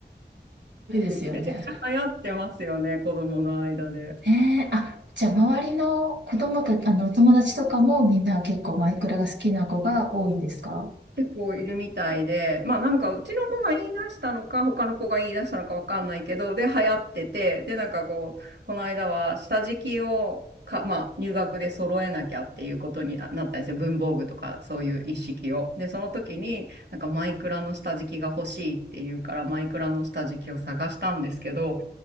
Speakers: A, on the right (about 85°); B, on the right (about 70°).
A: ごいですよね。
B: めちゃくちゃ流行ってますよね、子供の間で。
A: ねえ、あ、じゃあ周りの子供たち、あの、友達とかもみんな結構マイクラが好きな子が多いんですか
B: 結構いるみたいで、まあなんかうちの子が言い出したのか、他の子が言い出したのかわかんないけど、で、流行ってて、で、なんかこう、この間は下敷きをか、まあ入学で揃えなきゃっていうことにななったんですよ。文房具とかそういう一式を。で、その時になんかマイクラの下敷きが欲しいっていうから、マイクラの下敷きを探したんですけど、